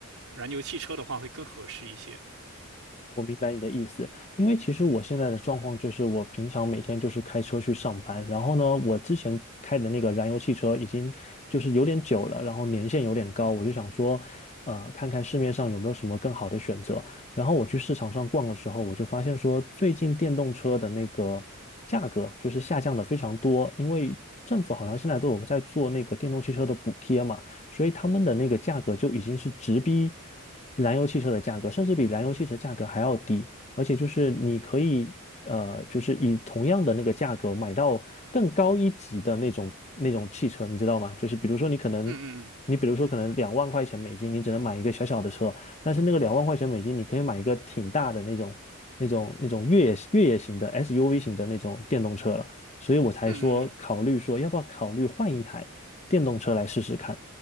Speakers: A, on the right; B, on the left.
A: 燃油汽车的话会更合适一些。
B: 我明白你的意思，因为其实我现在的状况就是，我平常每天就是开车去上班，然后呢，我之前开的那个燃油汽车已经就是有点久了，然后年限有点高，我就想说，呃，看看市面上有没有什么更好的选择。然后我去市场上逛的时候，我就发现说，最近电动车的那个价格就是下降的非常多，因为政府好像现在都有在做那个电动汽车的补贴嘛，所以他们的那个价格就已经是直逼。燃油汽车的价格，甚至比燃油汽车价格还要低，而且就是你可以呃，就是以同样的那个价格买到更高一级的那种那种汽车，你知道吗？就是比如说你可能。
A: 嗯嗯
B: 你比如说，可能两万块钱美金，你只能买一个小小的车，但是那个两万块钱美金，你可以买一个挺大的那种、那种、那种越野越野型的 SUV 型的那种电动车了。所以我才说考虑说要不要考虑换一台电动车来试试看。
A: 嗯嗯嗯